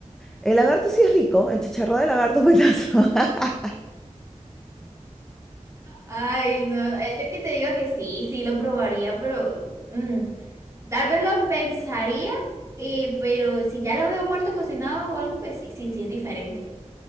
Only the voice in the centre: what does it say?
El lagarto sí es rico, el chicharrón de lagarto es buenazo. <laughs>